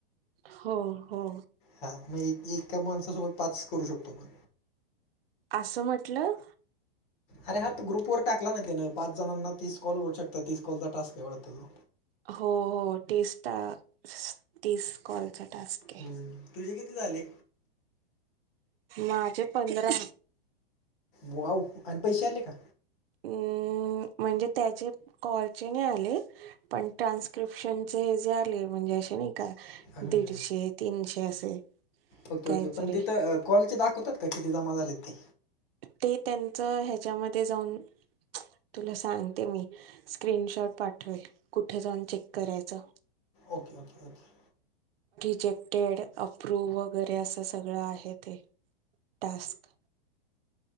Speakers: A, on the right; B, on the left.
A: हो, हो.
B: हा. मग एक एका माणसासोबत पाच करू शकतो आपण.
A: असं म्हटलं.
B: अरे हा तर ग्रुपवर टाकला ना तेन पाच जणांना तीस कॉल करू शकता तीस कॉलचा टास्क आहे वाडत तो.
A: हो, हो. तीस टा स्क, तीस कॉलचा टास्क आहे
B: हम्म. तुझे किती झाले?
A: माझे पंधरा.
B: वाव आणि पैशे आले का?
A: हम्म. म म्हणजे त्याचे कॉलचे नाही आले पण ट्रान्स्क्रिप्शनचे जे आले म्हणजे असे नाही का
B: हम्म,
A: दीडशे, तीनशे असे.
B: Okay,
A: काहीतरी
B: okay. पण तिथं कॉल चे दाखवतात का किती जमा झालेत ते.
A: ते त्यांचं ह्याच्यामध्ये जाऊन तुला सांगते मी स्क्रीनशॉट पाठवेल कुठे जाऊन चेक करायचं.
B: Okay, okay, okay.
A: <unintelligible> अप्रूव्ह वगैरे असं सगळं आहे ते टास्क.